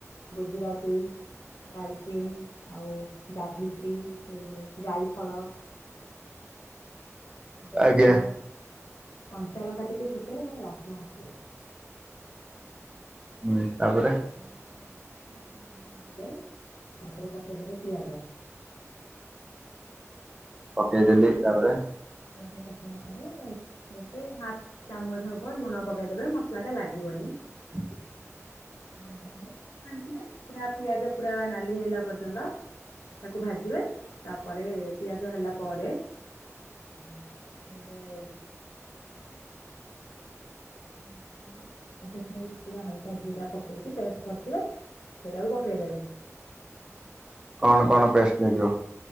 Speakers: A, on the left (about 80°); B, on the right (about 15°).
A: ଗୁଜୁରାତି ଡାଲଚିନ ଆଉ ଯାଭିତ୍ରି ସେ ଯୋଉ ଜାଇ ଫଳ। ତେଜ
B: ଆଜ୍ଞା
A: ପତ୍ର କଞ୍ଚା ଲଙ୍କା ଟିକେ ଫୁଟେଇଲେ ତାରେ ବାସ୍ନା ଆସିବ।
B: ହୁଁ ତାପରେ।
A: <inaudible> ତାପରେ ପକେଇଦେବେ ପିଆଜ।
B: ପକେଇଦଲି
A: ପିଆଜରେ
B: ତାପରେ।
A: ପିଆଜ ପକେଇଲା ପରେ ଏଇ ଗୋଟେ ହାଫ ଚାମଚ ହବ ଲୁଣ ପକେଇଦବେ ମସଲା ଟା ଲାଗିବନି।
B: ହୁଁ।
A: ଲୁଣ ପକେଇବେ ଘାଣ୍ଟିବେ ପୁରା ପିଆଜ ପୁରା ନାଲି ହେଇଗଲା ପର୍ଯ୍ୟନ୍ତ। ତାକୁ ଭାଜିବେ ତାପରେ ପିଆଜ ହେଲା ପରେ ଉ ପକେଇବେ ଅଦା ରସୁଣ ଆ ସେଥିରେ ପୁରା ହାଲକା ଜିରା ପକେଇକି ପେଷ୍ଟ କରିଥିବେ ସେଇଟାକୁ ପକେଇଦେବେ।
B: କଣ କଣ ପେଷ୍ଟି ଲାଗିବ।